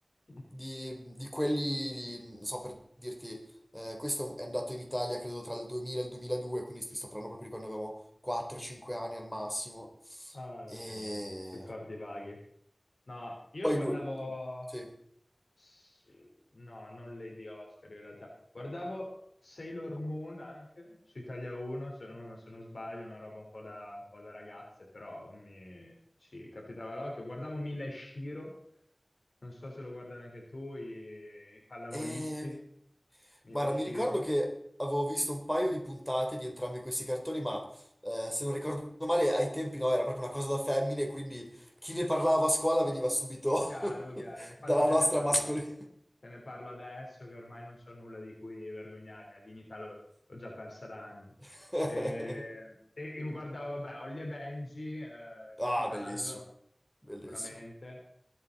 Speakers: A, on the left; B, in the centre.
A: <laughs>
B: di, di quelli, di- non so per dirti, eh, questo è andato in Italia credo tra il 2000 e il 2002, quindi ti sto parlando proprio di quando avevamo 4-5 anni al massimo.
A: Ah,
B: E
A: sì, ricordi vaghi. No, io
B: poi
A: guardavo.
B: lui, sì.
A: Sì. No, non Lady Oscar in realtà. Guardavo Sailor Moon anche su Italia 1, se non, se non sbaglio, una roba un po' da, un po' da ragazze, però mi ci capitava l'occhio. Guardavo Mila e Shiro, non so se lo guardavi anche tu, i, i pallavolisti,
B: E...
A: Mila
B: Guarda,
A: e Shiro.
B: mi ricordo che avevo visto un paio di puntate di entrambi questi cartoni, ma eh, se non ricordo male, ai tempi no, era proprio una cosa da femmine, quindi chi ne parlava a scuola veniva subito
A: Chiaro,
B: <laughs>
A: chiaro. Infatti
B: dalla
A: te
B: nostra
A: ne parlo,
B: mascolina.
A: te ne parlo adesso che ormai non c'ho nulla di cui vergognarmi, la dignità l'ho l'ho già persa da anni.
B: <laughs>
A: E, e- e guardavo, vabbè, Holly e Benji, eh,
B: Ah,
A: capitato,
B: bellissimo, bellissimo.
A: sicuramente.